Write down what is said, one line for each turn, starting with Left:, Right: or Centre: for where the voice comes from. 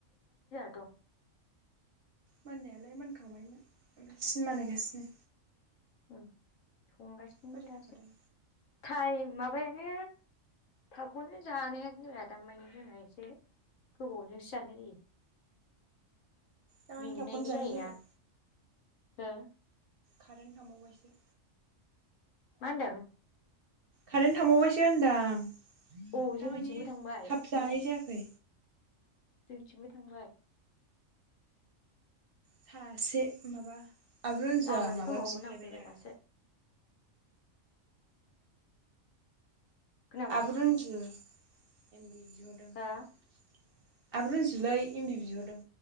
Left: दग
Right: मोननायालाय मोनखांबायमोन ओमफ्राय सिनिमा नायगासिनो
Left: औ संगासिनो
Right: खयथा
Left: दासो
Right: जाखोथाय
Left: टाइम माबायानो थाबखौनो जानायानो जाया दा मानि जोंना एसे गोबावजोंसो जानाय जायो <unintelligible>
Right: दामानि
Left: मेंनायबो
Right: थाबखौनो जानाय
Left: जायोना
Right: जायाखै
Left: हो
Right: कारेन्ट थांबावबायसो
Left: मा होनदों
Right: कारेन्ट थांबावबायसो होनदां
Left: औ जोंनिथिंबो
Right: दामानि
Left: थांबाय
Right: थाब जानाय जायाखै
Left: जोंथिंबो थांबाय
Right: सासे माबा आब' रनजुआ
Left: लामायावसो
Right: माबा
Left: दंबावोमोन
Right: बिहरलायबाय
Left: आं फैबाय
Right: दा
Left: दासो
Right: <inaudible>
Left: खोनाबाय
Right: आब' रनजु एम भि बिहरदों
Left: हो
Right: <inaudible> आब' रुनजुलै एम भि बिहरदों